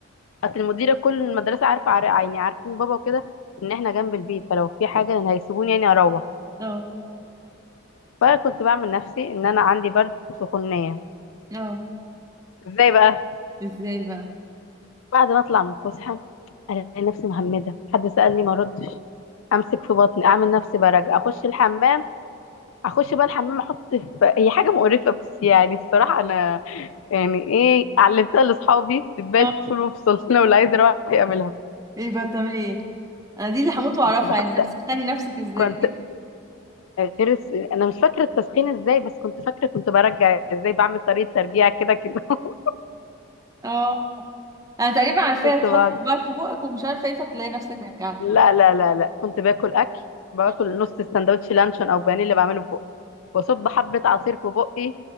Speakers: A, on the left; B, on the right.
A: اصل المديره كل المدرسه عارفه عار- يعني عارفين بابا وكده ان احنا جنب البيت فلو في حاجه إن هيسيبوني يعني اروح
B: اه
A: فانا كنت بعمل نفسي ان انا عندي برد وسخونيه
B: اه
A: ازاي بقى
B: ازاي بقى
A: بعد ما اطلع من الفسحه الاقي نفسي مهمده حد سالني ما ردش امسك في بطني اعمل نفسي برجع اخش الحمام اخش بقى الحمام احط في هي حاجه مقرفه بس يعني الصراحه انا يعني ايه علمتها لاصحابي دبال
B: اه
A: فصول وفصول لو اللي <laughs> عايز يروح يعملها
B: ايه بقى بتعملي ايه انا دي اللي هموت واعرفها
A: كنت بحط
B: ازاي بتسخني نفسك ازاي
A: كنت غير الس- انا مش فاكره التسخين ازاي بس كنت فاكره كنت برجع ازاي بعمل طريقه ترجيع كده كده <laughs>
B: اه انا تقريبا عارفاها
A: كنت
B: تحطي
A: بعد
B: صباعك في بقك ومش عارفه ايه فتلاقي نفسك رجعت
A: لا لا لا لا كنت باكل اكل باكل
B: اه
A: نص السندوتش لانشون او بانيه اللي بعمله في بقي واصب حبه عصير في بقي